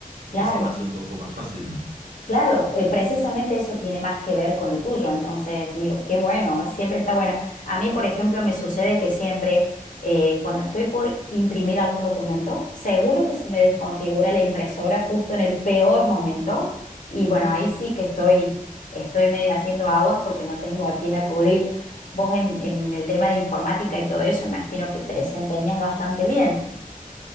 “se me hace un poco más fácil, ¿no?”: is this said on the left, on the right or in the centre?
Right